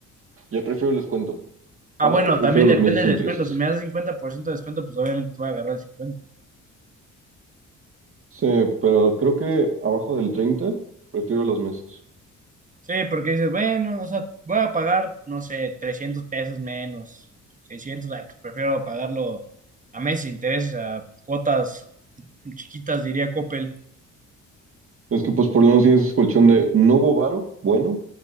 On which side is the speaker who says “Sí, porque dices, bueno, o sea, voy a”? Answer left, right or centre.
Right